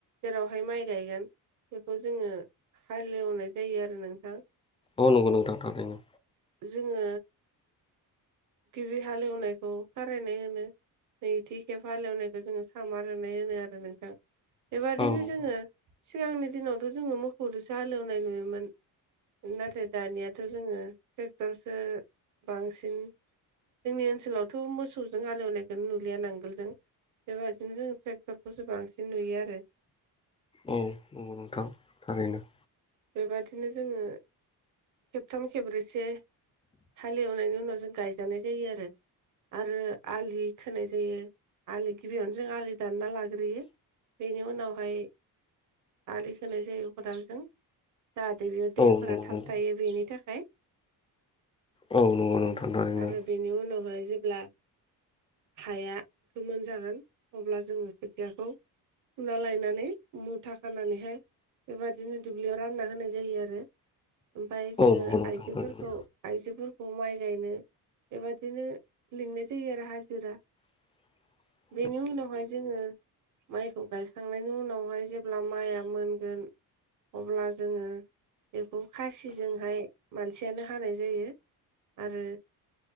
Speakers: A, on the right; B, on the left.
A: जेरावहाय माइ गायगोन बेखौ जोङो हालेवनाय जायो आरो नोंथां
B: औ नंगौ नोंथांरैनो
A: जोङो गिबि हालेवनायखौ खारायनाय होनो। नैथिखेब हालेवनायखौ जोङो सामार होनाय होनो आरो नोंथां बेबादिनो
B: औ नंगौ
A: जोङो। सिगांनि दिनावथ' जोङो मोसौजोंसो हालेवनाय नुयोमोन। नाथाय दानियाथ' जोङो ट्रेक्टरसो बांसिन जोंनि ओनसोलावथ' मोसौजों हालेवनायखौनो नुलिया नांगोल जों बेबायदिनो जों <inaudible> खौसो बांसिन नुयो आरो
B: औ नंगौ नोंथां थारैनो
A: बेबादिनो जोङो खेबथाम खेब्रैसे हालेवनायनि उनाव जों गायजानाय जायो आरो आरो आलि खोनाय जायो आलि गिबियावनो जों आलि दानना लाग्रोयो बेनि उनावहाय आलि खाय जायो खदालजों जाहाथे बेयाव
B: औ नंगौ
A: दैफोरा थाबथायायो बेनि थाखाय
B: औ नंगौ नोंथां थारैनो
A: आरो बेनि उनावहाय जेब्ला हाया गोमोन जागोन अब्ला जोङो खोथियाखौ फुना लायनानै मुथा खानानैहाय बेबदिनो दुब्लियाव रानना होनाय जायो आरो ओमफ्राय जोङो
B: औ नंगौ नोंथां
A: आइजोफोरखौ
B: थारैनो
A: आइजोफोरखौ माइ गायनो बेबादिनो लिंनाय जायो आरो हाजिरा
B: <inaudible>
A: बेनि उनावहाय जोङो माइखौ गायखांनायनि उनावहाय जेब्ला माइआ मोनगोन अब्ला जोङो बेखौ खासिजोंहाय मानसियानो हानाय जायो आरो